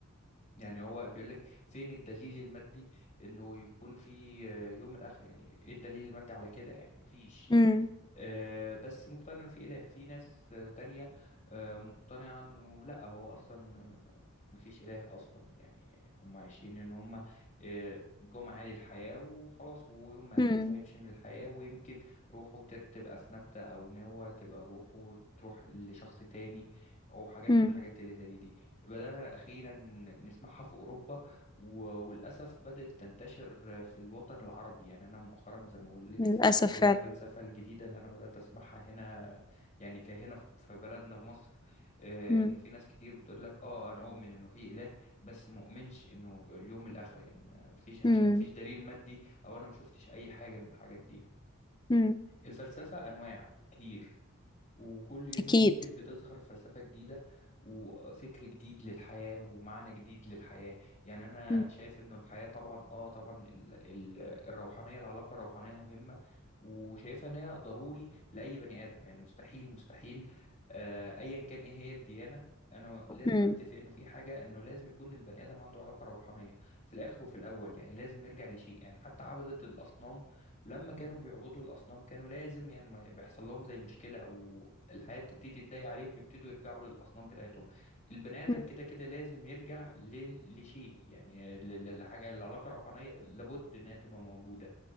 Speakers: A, on the left; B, on the left.
A: يعني هو بيقول لك فين الدليل المادي انه يكون في آه، يوم الاخر يعني ايه الدليل المادي على كده يعني مفيش
B: مم.
A: آه، بس مقتنع انه في اله في ناس آه، تانية آه، مقتنعة انه لا هو اصلا مفيش اله اصلا يعني هم عايشين ان هم آه، جم عادي الحياة وخلاص ويوم ما
B: مم.
A: هيمشوا هيمشي من الحياة ويمكن روحه تر- تبقى في نبتة او نوى تبقى روحه تروح لشخص تاني او حاجات
B: مم.
A: من الحاجات اللي زي دي بدأنا أخيرا نسمعها في أوروبا و- وللأسف بدأت تنتشر في الوطن العربي يعني أنا مؤخرا زي ما بقول لك
B: للاسف
A: سمعت اللي
B: فعلا
A: هي الفلسفة الجديدة اللي أنا بدأت أسمعها هنا يعني كهنا في في بلدنا في مصر آه،
B: مم.
A: إنه في ناس كتير بتقول لك آه أنا أؤمن إنه في إله بس مؤمنش إنه اليوم الآخر يعني ما فيش عشان
B: مم.
A: ما فيش دليل مادي أو أنا ما شفتش أي حاجة من الحاجات دي
B: مم.
A: الفلسفة أنواع كتير وكل يوم
B: اكيد
A: يمكن بتظهر فلسفة جديدة وفكر جديد للحياة ومعنى جديد للحياة يعني أنا
B: مم.
A: شايف إنه الحياة طبعا آه طبعا ال- ال- الروحانية العلاقة الروحانية مهمة وشايفها إن هي ضروري لأي بني آدم يعني مستحيل مستحيل آه، أيا كان إيه هي الديانة أنا لازم
B: مم.
A: أتفق إنه في حاجة إنه لازم يكون البني آدم عنده علاقة روحانية في الآخر وفي الأول يعني لازم يرجع لشيء يعني حتى عبدة الأصنام لما كانوا بيعبدوا الأصنام كانوا لازم يعني ما بيحصل لهم زي مشكلة أو الحياة تبتدي تضايق عليهم بيبتدوا يرجعوا للأصنام بتاعتهم البني آدم
B: مم.
A: كده كده لازم يرجع ل- لشيء يعني ل- ل- لحاجة العلاقة الروحانية لابد إنها تبقى موجودة